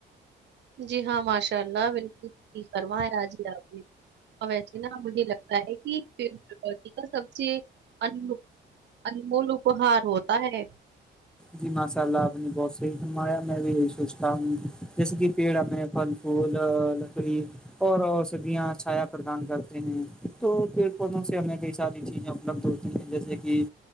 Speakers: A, on the right; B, in the centre.
A: جی ہاں ماشاء اللہ بالکل فرما ہے آاج ہی آپ نے ویسے نا مجھے لگتا ہے کہ کا سب سے ان انمول اہار ہوتا ہے
B: جی ماشاء اللہ اپنی بہت سحمایا میں بھی یہی سوچتا ہوں جیسے کہ پیڑ پ وہول نکری اور اوسدیاں چھایا پردان کرتے ہیں تو پ پودوں سے ہمیں کئی ساری چیزیں بد ہوتی ہیں جیسے کہ